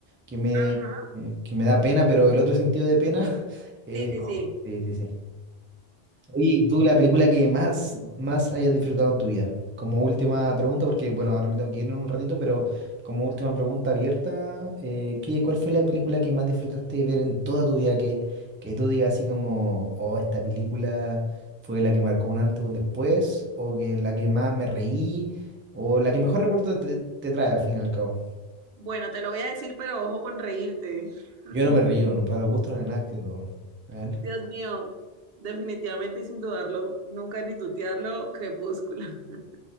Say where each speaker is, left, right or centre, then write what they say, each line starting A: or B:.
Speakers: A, on the right (about 20°); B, on the right (about 70°).
A: que me,
B: Ajá,
A: eh, que me da pena, pero el otro sentido de pena <laughs> es
B: sí, sí,
A: Coco.
B: sí.
A: Sí, sí, sí. Oye, ¿y tú la película que más, más hayas disfrutado en tu vida? Como última pregunta, porque bueno, ahora me tengo que ir en un ratito, pero como última pregunta abierta, eh, ¿qué, cuál fue la película que más disfrutaste ver en toda tu vida? Que, que tú digas así como, oh, esta película fue la que marcó un antes o un después, o que la que más me reí, o la que mejor recuerdo te, te trae al fin y al cabo.
B: Bueno, te lo voy a decir, pero ojo con reírte. <laughs>
A: Yo no me río, no para el gusto no es nada, creo. A ver.
B: Dios mío, definitivamente y sin dudarlo, nunca ni tutearlo, Crepúsculo. <laughs>